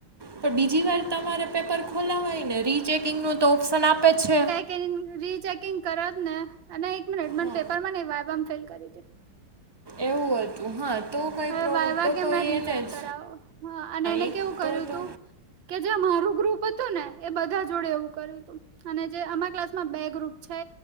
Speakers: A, on the right; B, on the right.
A: પણ બીજી વાર તમારે પેપર ખોલાવાય ને રીચેકિંગનું તો ઓપ્શન આપે જ છે.
B: કે રીચેકિંગ કરત ને અને એક મિનિટ મને
A: હા
B: પેપર માં નઈ વાયવામાં ફેલ કરી દે.
A: એવું હતું હા. તો કંઈ
B: હવે
A: પ્રોબ્લેમ
B: વાયવા
A: તો
B: કેમના
A: તો
B: રીચેક
A: એને જ
B: કરાવો હા અને એને
A: એ
B: કેવું કર્યું
A: તો તો
B: તું કે જે મારું ગ્રુપ હતું ને એ બધા જોડે એવું કર્યું તું. અને જે અમારા ક્લાસમાં બે ગ્રુપ છે